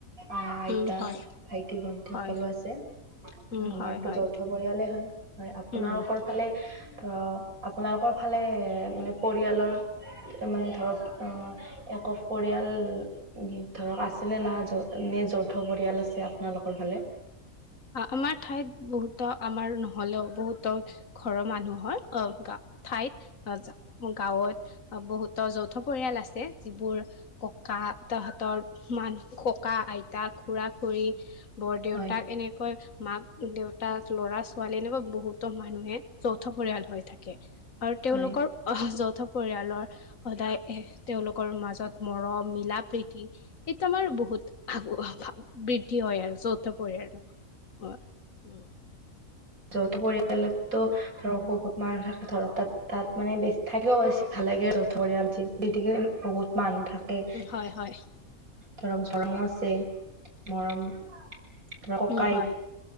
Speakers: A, on the right; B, on the left.
A: অ' আইতা
B: উম হয়
A: ভাইটি ভন্টি সকলো
B: হয়
A: আছে।
B: উম
A: আমাৰতো
B: হয় হয়
A: যৌথ পৰিয়ালে হয়, হয়। আপোনালোকৰ
B: উম
A: ফালে ধৰক আপোনালোকৰ ফালে মানে পৰিয়ালৰ মানে ধৰক অ' একক পৰিয়াল ধৰক আছেনে নাই যৌ এনে যৌথ পৰিয়াল আছে আপোনালোকৰ ফালে?
B: আমাৰ ঠাইত বহুতো আমাৰ নহ'লেও বহুতো ঘৰৰ মানুহ হয় অ' গা ঠাইত আহ গাঁৱত বহুতো যৌথ পৰিয়াল আছে, যিবোৰ ককা ককা তাহাঁতৰ মানুহ ককা-আইতাক খুৰা খুৰী বৰ দেউতাক
A: হয়
B: এনে মাক দেউতা ল'ৰা ছোৱালী এনেকৈ বহুতো মানুহে যৌথ পৰিয়াল হৈ থাকে। আৰু তেওঁলোকৰ
A: হয়
B: অহ যৌথ পৰিয়ালৰ, সদায় এ তেওঁলোকৰ মাজত মৰম, মিলা প্ৰীতি, সেইটো আমাৰ বহুত বৃদ্ধি হয় আৰু যৌথ পৰিয়ালৰ, অ, উম।
A: যৌথ পৰিয়ালত ধৰক বহুত মানুহ থাকে ধৰক তাত তাত মানে বেছি থাকেও বেছি ভাল লাগে আৰু ধৰিয়ালি গতিকে বহুত মানুহ থাকে
B: হয় হয়
A: ধৰক ধৰ্ম আছে, মৰম, ধৰক ককা
B: উম
A: আইত
B: হয়